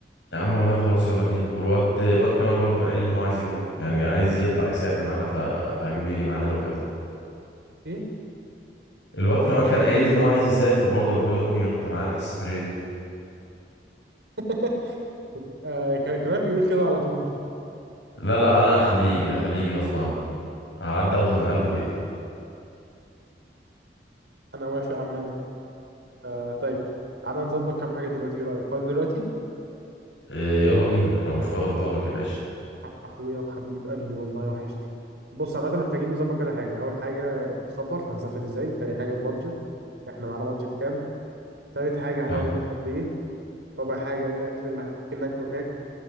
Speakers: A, on the left; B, on the right.
A: يا عم والله خلاص يلا بينا والواد الواد كمال برضو كان قايل لي ان هو عايز يروح يعني عايز يطلع يسافر معانا فهجيبه يجي معانا لو كده
B: ايه
A: الواد كمال كان قايل لي ان هو عايز يسافر برضو لو كده ممكن ينط معانا في السفريه دي
B: <laughs> آه ك- كمال بيقول كده على طول
A: لا لا انا هخليه يجي هخليه يجي غصب عنه هعدي اخده من قلب بيته
B: انا موافق عامه آه طيب تعالى نظبط كام حاجه دلوقتي ايه رايك فاضي دلوقتي
A: إيه يلا بينا لو مش فاضي افضلك يا باشا
B: اخويا وحبيب قلبي والله وحشتي بص عامه محتاجين نظبط كده حاجه اول حاجه السفر هنسافر ازاي تاني حاجه البادجت احنا معانا بادجت كام تالت حاجه هنقعد
A: تمام
B: هناك قد ايه رابع حاجه ايه الاكل اللي ممكن ناكله هناك